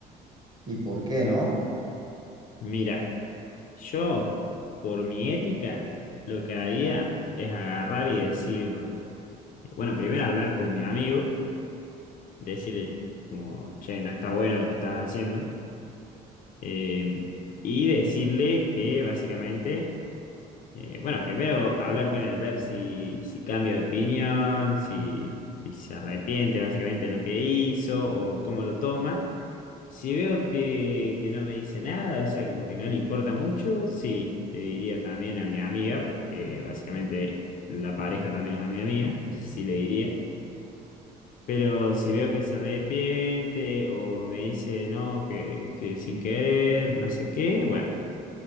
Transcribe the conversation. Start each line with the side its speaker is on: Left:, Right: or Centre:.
Right: ¿Y por qué no?
Left: M- mira, yo, por mi ética, lo que haría es agarrar y decir, eh, bueno, primero hablar con mi amigo, decirle como, che, no está bueno lo que estás haciendo, eh, y decirle que básicamente Eh, bueno, primero hablar con él, ver si, si cambia de opinión, si, si se arrepiente básicamente de lo que hizo o cómo lo toma. Si veo que, que no me dice nada, o sea, como que no le importa mucho, sí, le diría también a mi amiga, porque básicamente la pareja también es amiga mía, entonces sí le diría. Pero si veo que se arrepiente o me dice no, que, que sin querer, no sé qué, bueno